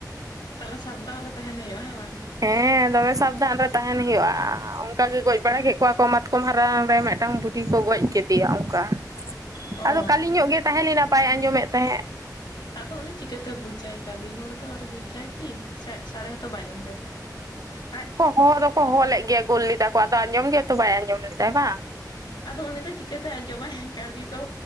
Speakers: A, on the left; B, on the right.
A: ᱛᱟᱦᱞᱮ ᱥᱟᱵᱽᱫᱟᱱ ᱨᱮ ᱛᱟᱦᱮᱟᱸᱱ ᱦᱩᱭᱩᱜ-ᱟ ᱦᱮᱸ ᱵᱟᱝ?
B: ᱦᱮᱸ ᱫᱚᱢᱮ ᱥᱟᱵᱫᱷᱟᱱ ᱨᱮ ᱛᱟᱦᱮᱱ ᱦᱩᱭᱩᱜᱼᱟ, ᱚᱱ ᱠᱟ ᱜᱮ
A: ᱦᱮᱸ
B: ᱜᱚᱡ ᱵᱟᱲᱟ ᱠᱮᱫ ᱠᱚᱣᱟ ᱠᱚ ᱢᱟᱛᱠᱚᱢ ᱦᱟᱨᱟᱝ ᱨᱮ ᱢᱮᱜᱴᱟᱝ ᱵᱩᱰᱷᱤ ᱠᱚ ᱜᱚᱡ ᱠᱮᱫᱮᱭᱟ ᱚᱝᱠᱟ᱾
A: ᱚ
B: ᱟᱫᱚ ᱠᱟᱞᱤ ᱧᱚᱜ ᱜᱮ ᱛᱟᱦᱮᱸᱞᱮᱱᱟ ᱵᱟᱭ ᱟᱸᱡᱚᱢᱮᱫ ᱛᱟᱦᱮᱸᱫ,
A: ᱟᱫᱚ ᱩᱱᱤ ᱪᱤᱠᱟᱹᱛᱮ ᱵᱩᱡᱟᱭ ᱠᱟᱹᱞᱤ ᱦᱚᱲ ᱫᱚ ᱟᱨ ᱵᱩᱡᱟᱭ ᱠᱤ ᱥᱟᱡ ᱥᱟᱲᱮ ᱦᱚᱸᱛᱚ ᱵᱟᱭ ᱟᱸᱡᱚᱢᱟ ᱟᱡ
B: ᱦᱚᱦᱚ ᱫᱚᱠᱚ ᱦᱚᱦᱚ ᱞᱮᱜ ᱜᱮᱭᱟ ᱜᱳᱞ ᱞᱮᱫᱟ ᱠᱚ ᱟᱫᱚ ᱟᱸᱡᱚᱢ ᱜᱮᱛᱚ ᱵᱟᱭ ᱟᱸᱡᱚᱢ ᱞᱮᱫᱟᱭ ᱵᱟᱝ?
A: ᱟᱫᱚ ᱩᱱᱤ ᱫᱚ ᱪᱤᱠᱟᱹᱛᱮ ᱟᱡᱸᱡᱚᱢᱟᱭ ᱠᱟᱹᱞᱤ ᱫᱚ,